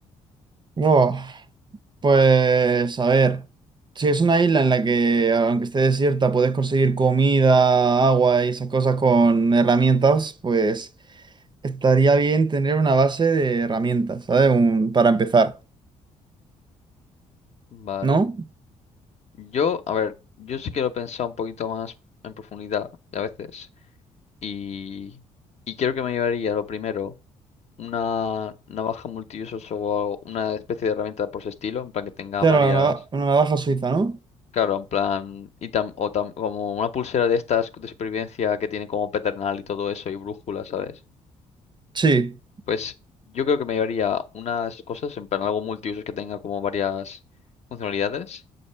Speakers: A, on the right (about 35°); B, on the left (about 50°).
A: Oh, pues, a ver, si es una isla en la que, aunque esté desierta, puedes conseguir comida, agua y esas cosas con herramientas, pues... estaría bien tener una base de herramientas, ¿sabes? Un, para empezar,
B: Vale.
A: ¿no?
B: Yo, a ver, yo sí quiero pensar un poquito más en profundidad a veces. Y, y quiero que me llevaría lo primero, una navaja multiusos o una especie de herramienta por ese estilo, en plan que tenga
A: Claro,
B: varias.
A: una, nava- una navaja suiza, ¿no?
B: Claro, en plan, y tam- o tam- como una pulsera de estas de supervivencia que tiene como pedernal y todo eso y brújula, ¿sabes?
A: Sí,
B: Pues yo creo que me llevaría unas cosas, en plan algo multiusos que tenga como varias funcionalidades.